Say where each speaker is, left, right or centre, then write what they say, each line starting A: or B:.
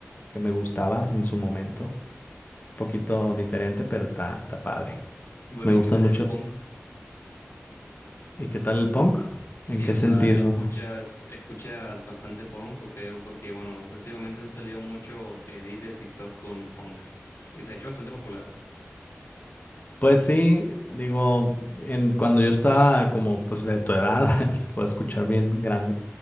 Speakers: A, on the left; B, on the left.
A: que me gustaba en su momento. poquito diferente, pero está, está padre.
B: Bueno,
A: Me gustan
B: ¿y qué tal
A: mucho.
B: el punk?
A: ¿Y qué tal el punk?
B: Sí,
A: ¿En qué
B: o sea,
A: sentido?
B: escuchas, escuchas bastante punk, ¿o qué? Porque, bueno, últimamente han salido mucho edits de TikTok con punk. Y se ha hecho bastante popular.
A: Pues sí, digo, en, cuando yo estaba como pues de tu edad, <laughs> se puede escuchar bien grande,